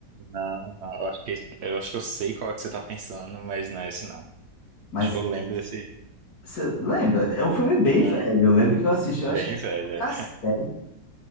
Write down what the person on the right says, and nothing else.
Não, não, eu acho que, esse- eu acho que eu sei qual é que você tá pensando, mas não é esse não.
Acho que eu lembro desse.
Aham.
Bem
velho,